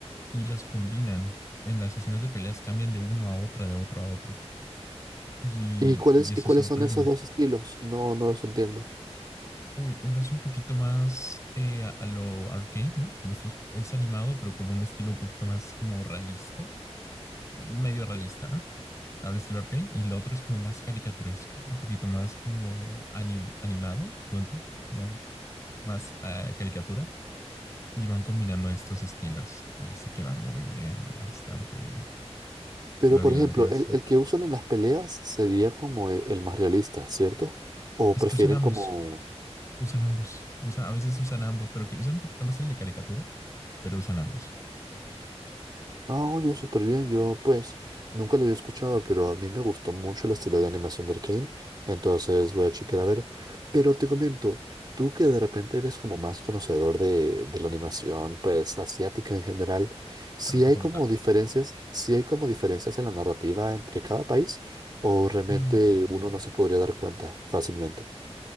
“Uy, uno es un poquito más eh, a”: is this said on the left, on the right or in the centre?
Left